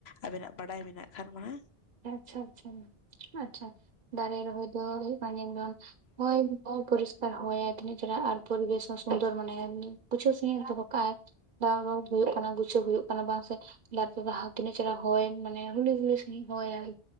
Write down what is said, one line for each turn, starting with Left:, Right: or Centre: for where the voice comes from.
Left: ᱟᱵᱮᱱᱟᱜ ᱵᱟᱰᱟᱭ ᱢᱮᱱᱟᱜ ᱠᱷᱟᱱ ᱢᱟ ᱾
Right: ᱟᱪᱪᱷᱟ ᱟᱪᱪᱷᱟ, ᱟᱪᱪᱷᱟ ᱫᱟᱨᱮ ᱨᱚᱦᱚᱭ ᱫᱚ ᱦᱩᱭᱩᱜ ᱠᱟᱱᱟ ᱡᱮᱢᱚᱱ ᱦᱚᱭ <unintelligible> ᱯᱚᱨᱤᱥᱠᱟᱨ ᱦᱚᱭᱟᱭ ᱛᱤᱱᱟᱹᱜ ᱪᱮᱦᱨᱟ ᱟᱨ ᱯᱚᱨᱵᱮᱥ ᱱᱚᱥ ᱥᱩᱱᱫᱩᱨ ᱢᱟᱱᱮ <unintelligible> ᱯᱩᱪᱷᱟᱹᱣ ᱥᱟᱦᱤᱡ ᱫᱚᱦᱚ ᱠᱟᱜ ᱟᱭ ᱾ ᱫᱟᱣ <unintelligible> ᱠᱚ ᱦᱩᱭᱩᱜ ᱠᱟᱱᱟ ᱜᱩᱪᱷᱟᱹᱣ ᱦᱩᱭᱩᱜ ᱠᱟᱱᱟ ᱵᱟᱝ ᱥᱮ‌ ᱛᱟᱨᱯᱚᱨᱮ ᱵᱟᱦᱟ ᱛᱤᱱᱟᱹᱜ ᱪᱮᱦᱨᱟ ᱦᱚᱭ ᱢᱟᱱᱮ ᱦᱩᱞᱩᱭ ᱦᱩᱞᱩᱭ ᱥᱟᱦᱤᱡ ᱾ ᱦᱚᱭᱟᱭ